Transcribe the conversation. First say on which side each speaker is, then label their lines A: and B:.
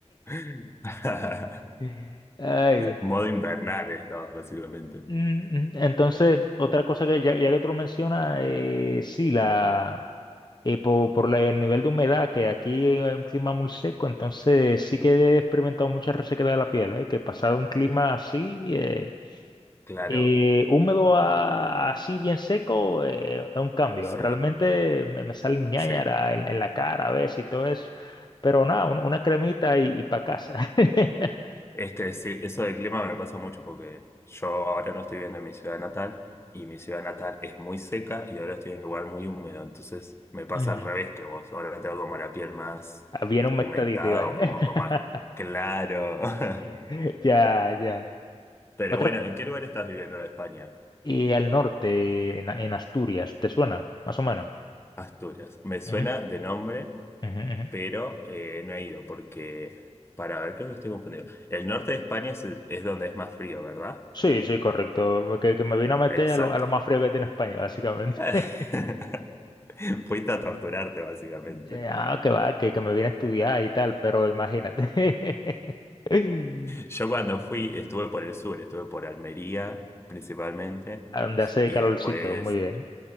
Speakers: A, on the left; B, on the left.
A: <laughs>
B: <laughs> Ay, Dios.
A: Modo invernal estamos, básicamente.
B: Mm, mm, Entonces, otra cosa que ya, ya que tú lo mencionas, eh, sí, la, eh, po- por, la- el nivel de humedad, que aquí es un clima muy seco, entonces sí que he experimentado mucha resequedad de la piel, eh, que pasado un clima así, eh,
A: Claro,
B: eh, húmedo a- así bien seco, eh, es un cambio.
A: sí,
B: Realmente me, me salen ñáñaras
A: sí.
B: en, en la cara a veces y todo eso, pero nada, un- una cremita y, para casa. <laughs>
A: Es que sí, eso del clima me pasa mucho porque yo ahora no estoy viviendo en mi ciudad natal y mi ciudad natal es muy seca y ahora estoy en un lugar muy húmedo. Entonces me pasa
B: Ujú.
A: al revés que vos. Ahora tengo como la piel más
B: Bien humectadita
A: humectada
B: y vaina.
A: o como con
B: <laughs>
A: más claro. <laughs>
B: <laughs> Ya, ya.
A: Pero
B: Otra,
A: bueno, ¿en qué lugar estás viviendo de España?
B: y al norte, en, en Asturias, ¿te suena? Más o menos.
A: Asturias. Me suena
B: Ujú,
A: de nombre,
B: ujú, ujú.
A: pero eh, no he ido porque, para ver, creo que estoy confundido. El norte de España es, el- es donde es más frío, ¿verdad?
B: Sí, sí, correcto. Que, que me vino a meter
A: Exacto.
B: a lo, a lo más frío que tiene España, básicamente.
A: <laughs>
B: <laughs>
A: Fuiste a torturarte, básicamente.
B: Eh, Ah, que va, que, que me vine a estudiar y tal, pero imagínate. <laughs>
A: Yo cuando fui, estuve por el sur, estuve por Almería principalmente,
B: A donde hace
A: y
B: calorcito,
A: después,
B: muy bien.
A: eh,